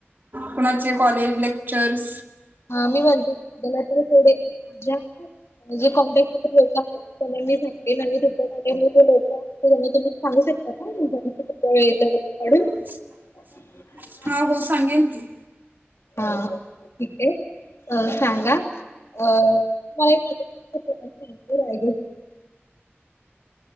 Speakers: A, on the right; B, on the left.
A: कुणाचे कॉलेज लेक्चर्स
B: हा मी म्हणते की <unintelligible> माझ्या जे कॉन्टॅक्ट मध्ये लोक आहेत त्यांना मी <unintelligible> त्यांना तुम्ही सांगू शकता का वेळ काढून
A: <inaudible>
B: <unintelligible>
A: हा हो सांगेन की
B: हा ठीक आहे अ सांगा अ तुम्हाला <unintelligible> <unintelligible>